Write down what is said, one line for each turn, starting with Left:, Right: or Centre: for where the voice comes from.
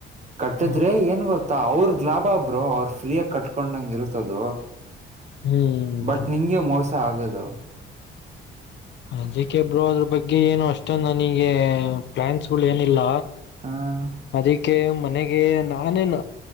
Right: ಕಟ್ಟಿದ್ರೆ
Left: ಓಕೆ
Right: ಏನ್ ಗೊತ್ತಾ ಅವ್ರ ಲಾಭಾ ಬ್ರೋ ಅವ್ರರು ಫ್ರೀಯಾಗ ಕಟ್ಕೊಂಡಂಗ ಇರ್ತದು
Left: ಹ್ಮ್
Right: ಬಟ್
Left: ಬ್ರೋ
Right: ನಿಂಗೆ ಮೋಸ ಆಗದು
Left: ಅದಿಕ್ಕೆ ಬ್ರೋ ಅದ್ರ ಬಗ್ಗೆ ಏನು ಅಷ್ಟ ನನಗೆ ಪ್ಲಾನ್ಸ್ ಗಳು ಏನಿಲ್ಲ
Right: ಹ
Left: ಅದಕ್ಕೆ ಮನೆಗೆ ನಾನೇನ್